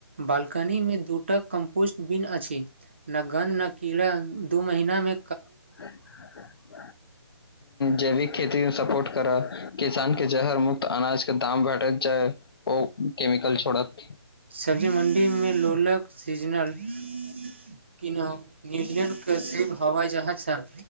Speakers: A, on the right; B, on the left.
A: बाल्कनीमे दूटा कम्पोस्ट बिन अछिने घन न कीड़ा दू महीनामे
B: <inaudible> जैविक खेतीमे सपोर्ट करा किसान के जहर मुक्त अनाज के दाम भेटैत जाय ओ केमिकल छोड़त
A: सब्जी मण्डीमे लोलक सीजनल कीनब न्यूजलैंड प्रसिद्ध हवाई जहाज छल